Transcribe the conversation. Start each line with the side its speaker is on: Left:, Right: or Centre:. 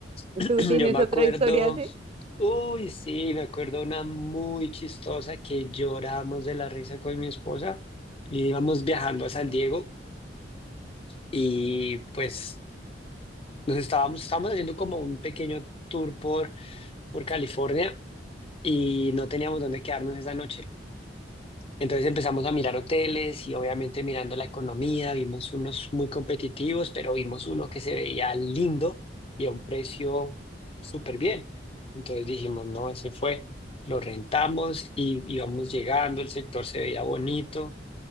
Left: <clears throat>
Right: ¿Tú tienes
Left: Yo me
Right: otra
Left: acuerdo
Right: historia así?
Left: Uy, sí, me acuerdo una muy chistosa que lloramos de la risa con mi esposa. Y íbamos viajando a San Diego y pues nos estábamos, estábamos haciendo como un pequeño tour por, por California y no teníamos dónde quedarnos esa noche. Entonces empezamos a mirar hoteles y obviamente mirando la economía, vimos unos muy competitivos, pero vimos uno que se veía lindo y a un precio súper bien. Entonces dijimos, no, ese fue, lo rentamos y íbamos llegando, el sector se veía bonito,